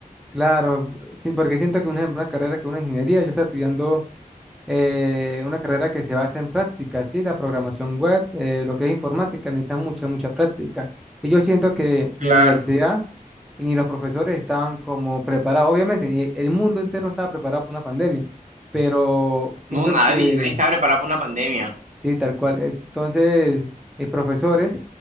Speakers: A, in the centre; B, on the right.
A: Claro, sí, porque siento que, un ejemplo, una carrera que es una ingeniería, yo estaba estudiando eh, una carrera que se basa en práctica, ¿sí? La programación web, eh, lo que es informática, necesita mucha, mucha práctica. Y yo siento que
B: Claro.
A: mi universidad y ni los profesores estaban como preparados, obviamente, ni el mundo entero estaba preparado para una pandemia, pero siento
B: No, nadie,
A: que
B: nadie estaba preparado para una pandemia.
A: Sí, tal cual. Entonces, eh, profesores,